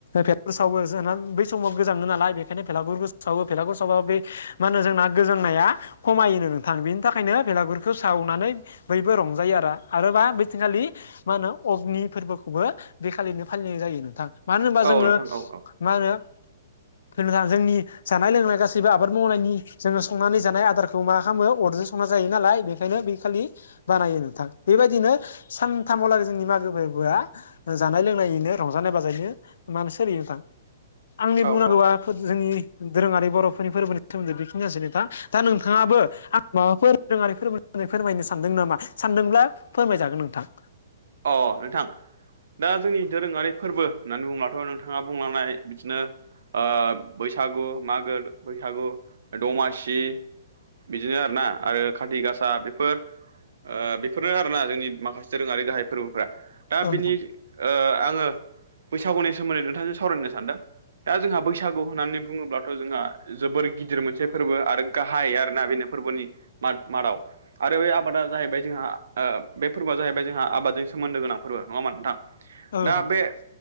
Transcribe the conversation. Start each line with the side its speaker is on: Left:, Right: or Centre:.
Left: भेलागुर सावो जोंहा बै समाव गोजाङो नालाय बेखायनो भेलागुर सावो बेेलागुर सावाबो बै मा होनो जोंना गोजांनाया खमायोनो नोंथां बेनि थाखायनो बेलागुरखौ सावनानै बैबो रंजायो आरो आरोबा बेदिनखालि मा होनो अग्नि फोरबोखौबो बेखालिनो फालिनाय जायो नोंथां मानो होनबा
Right: औ
Left: जोङो
Right: नोंथां औ
Left: मा होनो जोंनि जानाय लोंनाय गासैबो आबाद मावनायनि जोङो संनानै जानाय आदार मा खालामो अरजों संना जायो नालाय बेखायनो बे खालि बानायो नोंथां बेबायदिनो सानथामावलागै जोंनि मागो बोआ जानाय लोंनायनिनो रंजानाय बाजायनो मानो सोलियो नोंथां आंनि बुंनांगौआ
Right: औ औ
Left: जोंनि दोरोङारि बर'फोरनि फोरबोनि सोमोन्दै बेखिनियानोसै नोंथां दा नोंथाङाबो आं माबाफोर रोङारि फोरनानै फोरमायनो सानदों नामा सानदोंब्ला फोरमायजागोन नोंथां
Right: अ नोंथां दा जोंनि दोरोङारि फोरबो होननानै बुंब्लाथ' नोंथाङा बुंलांनाय बिदिनो ओ बैसागु मागो बैसागु दमासि बिदिनो आरो ना आरो खाार्ति गासा बेफोर ओ बेफोरनो आरोना जोंनि माखासे दोऔरोङारि गाहाय फोरबोफ्रा दा
Left: औ
Right: बिनि
Left: नोंथां
Right: ओ आङो बैसागुनि सोमोन्दै नोंथांजों सावरायनो सानदों दा जोंहा बैसागु होननानै बुङोब्लाथ' जोंहा जोबोर गिदिर मोनसे फोरबो आरो गाहाय आरोना बेनो फोरबोनि मा मादाव आरो बे आबादा जाहैबाय जोंहा बे फोरबोआ जाहैबाय जोंहा आबादजों सोमोन्दो गोनां फोरबो नङा मा नोंथां
Left: औ नोंथां
Right: दा बे